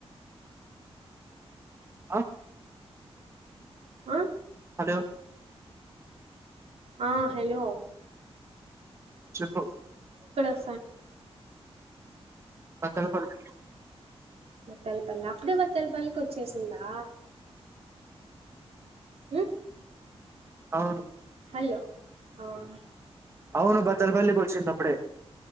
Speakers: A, on the right; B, on the right.
A: ఆ
B: ఆ
A: హలో
B: ఆ హలో
A: చెప్పు
B: హలో
A: బత్తలపల్లి
B: బత్తలపల్లి అప్పుడే బత్తలపల్లికి వచ్చేసిందా మ్మ్
A: అవును
B: అలో అవును
A: అవును బత్తలపల్లి కి వచ్చింది అప్పుడే